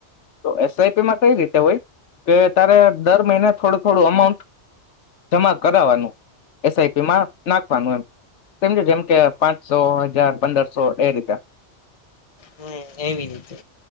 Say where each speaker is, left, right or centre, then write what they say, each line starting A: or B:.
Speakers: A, on the left; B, on the left.
A: એસઆઈપી માં કઈ રીતે <unintelligible> કે તારે દર મહિને થોડું થોડું અમાઉન્ટ જમા કરાવનું એસઆઈપીમાં નાખવાનું એમજ જેમ કે પાંચસો હજાર પંદરસો એ રીતે
B: હમ એવી રીતે